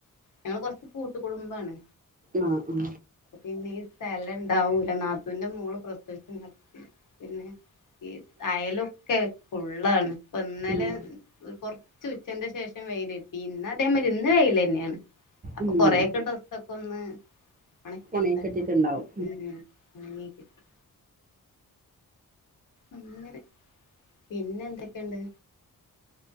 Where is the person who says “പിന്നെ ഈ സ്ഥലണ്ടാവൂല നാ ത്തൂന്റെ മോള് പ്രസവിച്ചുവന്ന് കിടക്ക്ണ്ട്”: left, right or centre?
Left